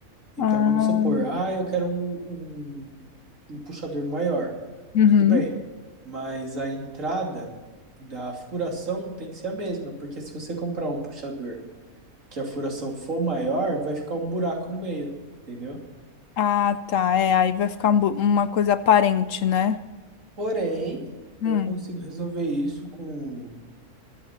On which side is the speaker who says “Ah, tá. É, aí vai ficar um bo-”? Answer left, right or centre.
Left